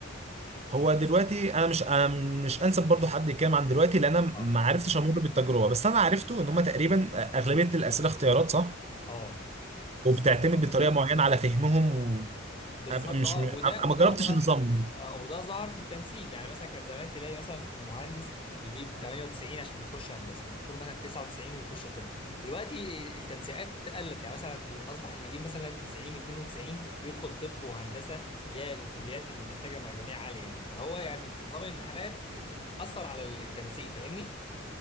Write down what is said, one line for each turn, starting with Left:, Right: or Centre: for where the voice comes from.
Right: هو دلوقتي انا مش أنا مش انسب برضو حد يتكلم عن دلوقتي لان انا
Left: اه
Right: ما عرفتش امر بالتجربه بس انا عرفته ان هم تقريبا اغلبيه الاسئله اختيارات صح
Left: اه بالظبط
Right: وبتعتمد
Left: اه
Right: بطريقه معينه على فهمهم و...
Left: بالظبط
Right: أب- مش
Left: اه
Right: م... أنا
Left: وده وده
Right: ما جربتش
Left: ظهر
Right: النظام
Left: حتى
Right: ده.
Left: آه وده ظهر في التنسيق يعني مثلا كان زمان تلاقي مثلا المهندس يجيب 98 عشان يخش هندسه الدكتور مثلا 99 ويخش طب دلوقتي التنسيقات قلت يعني مثلا اصبح اللي يجيب مثلا 90 92 يدخل طب وهندسه اللي هي الكليات اللي محتاجه مجاميع عاليه يعني فهو يعني نظام الامتحانات آه، اثر على التنسيق فاهمني؟